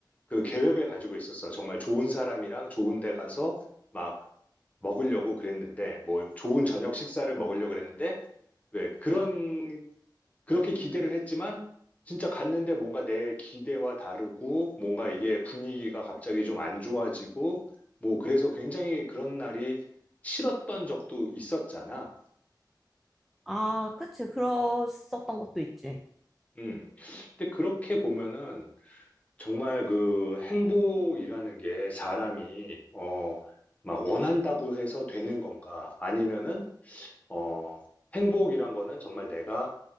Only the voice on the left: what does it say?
그 계획을 가지고 있었어. 정말 좋은 사람이랑 좋은 데 가서 막 먹으려고 그랬는데 뭐 좋은 저녁 식사를 먹으려고 그랬는데 왜 그런 그렇게 기대를 했지만 진짜 갔는데 뭔가 내 기대와 다르고 뭔가 이게 분위기가 갑자기 좀 안 좋아지고 뭐 그래서 굉장히 그런 날이 싫었던 적도 있었잖아.
음. 근데 그렇게 보면은 정말 그 행복이라는 게 사람이 어 막 원한다고 해서 되는 건가? 아니면은 어 행복이란 거는 정말 내가